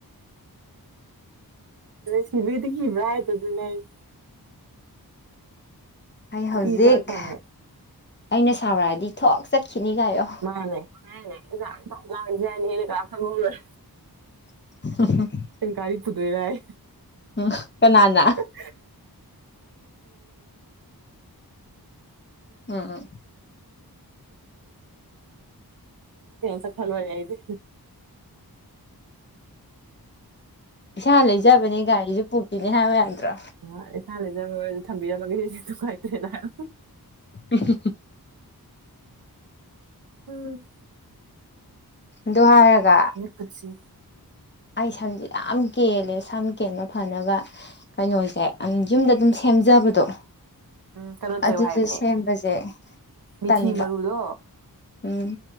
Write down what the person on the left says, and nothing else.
ꯑꯩ ꯍꯧꯖꯤꯛ
ꯑꯩꯅ ꯁꯥꯎꯔꯛꯑꯗꯤ ꯊꯣꯛ ꯆꯠꯈꯤꯅꯤ ꯀꯥꯏꯌꯣ
<inaudible>
ꯎꯝ ꯀꯅꯥꯅ
ꯎꯝ
ꯏꯁꯥ ꯂꯩꯖꯕꯅꯦ ꯒꯥꯔꯤꯁꯨ ꯄꯨꯈꯤꯅꯤ ꯍꯥꯏꯌꯨ ꯌꯥꯗ꯭ꯔꯣ
<unintelligible>
ꯗꯨ ꯍꯥꯏꯔꯒ
ꯑꯩ ꯁꯝꯖꯦ ꯌꯥꯝ ꯀꯦꯜꯂꯦ ꯁꯝ ꯀꯦꯟꯕ ꯐꯅꯕ ꯀꯩꯅꯣꯖꯦ ꯑꯪ ꯌꯨꯝꯗ ꯑꯗꯨꯝ ꯁꯦꯝꯖꯕꯗꯣ
ꯑꯗꯨꯗ
ꯁꯦꯝꯕꯖꯦ
ꯇꯟꯕ
ꯎꯝ